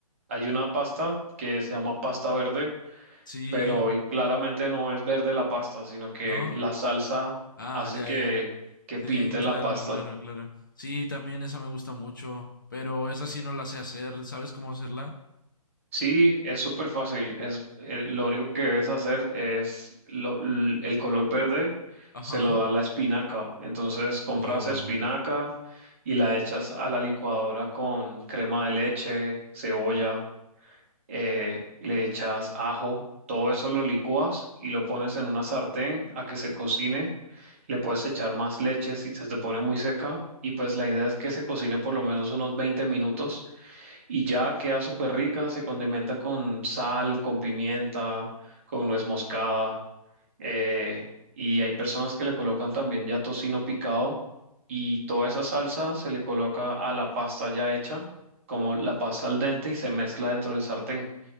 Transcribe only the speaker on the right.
hay una pasta que se llama pasta verde,
pero claramente no es verde la pasta, sino que
la salsa
hace
que,
que
pinte
la pasta.
Sí, es súper fácil. Es, eh, lo único que debes hacer es lo- l- el color verde,
se lo da la espinaca. Entonces compras
espinaca y la echas a la licuadora con crema de leche, cebolla, eh, le echas ajo, todo eso lo licúas y lo pones en una sartén a que se cocine. Le puedes echar más leche si se te pone muy seca y pues la idea es que se cocine por lo menos unos 20 minutos y ya queda súper rica, se condimenta con sal, con pimienta, con nuez moscada, eh, y hay personas que le colocan también ya tocino picado y toda esa salsa se le coloca a la pasta ya hecha, como la pasta al dente y se mezcla dentro del sartén.